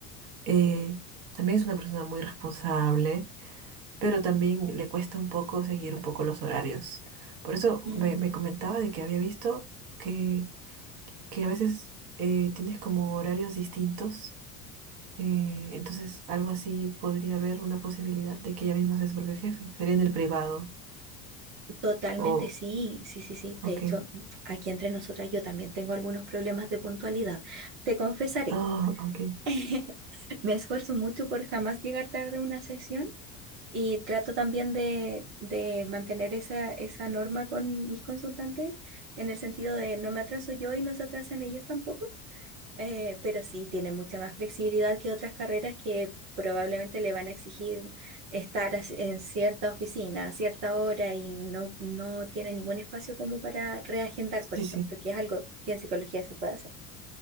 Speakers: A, on the right (about 60°); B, on the right (about 75°).
A: Eh, también es una persona muy responsable pero también le cuesta un poco seguir un poco los horarios. Por eso
B: Mm,
A: me, me comentaba de que había visto que, que a veces eh, tienes como horarios distintos, eh, entonces algo así podría haber una posibilidad de que ella misma sea su propio jefe, sería en el privado,
B: Totalmente,
A: o,
B: sí, sí, sí, sí.
A: ok,
B: De hecho, aquí entre nosotras yo también tengo algunos problemas de puntualidad. Te confesaré.
A: ah, ok,
B: <laughs> Me esfuerzo mucho por jamás llegar tarde a una sesión Y trato también de, de mantener esa, esa norma con mis consultantes, en el sentido de no me atraso yo y no se atrasan ellos tampoco, eh, pero sí tiene mucha más flexibilidad que otras carreras que probablemente le van a exigir estar as- en cierta oficina a cierta hora y no, no tiene ningún espacio como para reagendar,
A: sí,
B: por ejemplo,
A: sí, sí.
B: que es algo que en psicología se puede hacer.